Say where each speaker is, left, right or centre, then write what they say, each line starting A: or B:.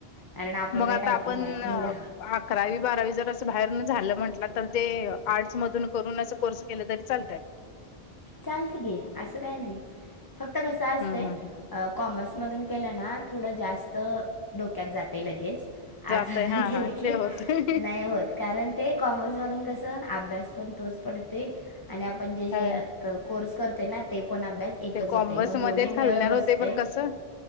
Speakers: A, on the left; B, on the left.
A: कारण आपण
B: मग
A: काय
B: आता
A: टायपिंग
B: आपण
A: नाही केलं
B: अकरावी बारावी जर असं बाहेर झालं म्हंटलं तर ते आर्टस मधून करून असं कोर्स केले तरी चालतय.
A: चालत की असं काय नाही फक्त कस असतंय
B: हम्म हम्म
A: अ कॉमर्समधून केलं ना थोडं जास्त डोक्यात जातय लगेच. आर्ट्स
B: जातय
A: मधून
B: हा
A: केल
B: हा
A: की
B: ते होतय
A: नाही होत कारण ते कॉमर्स मधून कस अभ्यास पण तोच पडतोय आणि आपण जे जे
B: हा
A: कोर्स करते ना ते पण अभ्यास एकच
B: ते कॉमर्स
A: होते मग
B: मध्येच
A: दोन्ही मेळ
B: घालणार
A: बसते
B: होते पण कसं